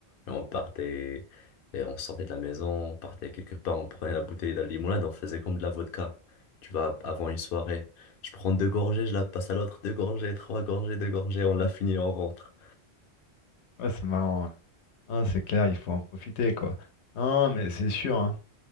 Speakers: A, on the left; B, on the left.
A: et on partait, et on sortait de la maison, on partait quelque part, on prenait la bouteille de la limonade, on faisait comme de la vodka. Tu vois, avant une soirée, je prends deux gorgées, je la passe à l'autre, deux gorgées, trois gorgées, deux gorgées, on la
B: Hmm.
A: finit, on rentre.
B: Ouais, c'est marrant. ouais. Ah, c'est clair, il faut en profiter, quoi. Non, mais c'est sûr, hein.